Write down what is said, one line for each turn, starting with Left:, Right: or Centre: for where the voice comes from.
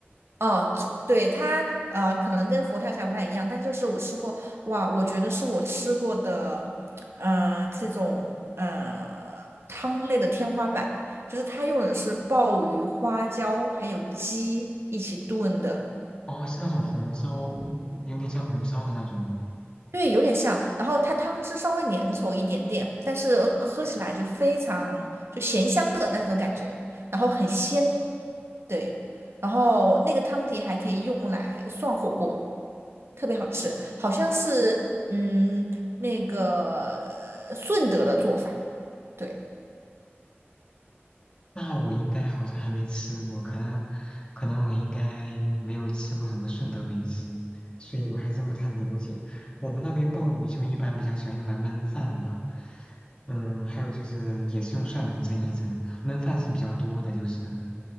Right: 哦，就对它，呃，可能跟佛跳墙不太一样，但就是我吃过，哇，我觉得是我吃过的，呃，这种呃汤类的天花板，就是它用的是鲍鱼、花椒还有鸡一起炖的，
Left: 哦，是那种红烧，有点像红烧的那种吗？
Right: 对，有点像。然后它汤汁稍微粘稠一点点，但是呃喝起来就非常就咸香的那种感觉，然后很鲜。对，然后那个汤底还可以用来涮火锅，特别好吃。好像是嗯那个呃顺德的做法。对，
Left: 那我应该好像还没吃过，可能可能我应该没有吃过什么顺德美食，所以我还真不太了解。我们那边鲍鱼就一般比较喜欢用来焖饭吧，嗯，还有就是也是用蒜蓉蒸一蒸，焖饭是比较多的，就是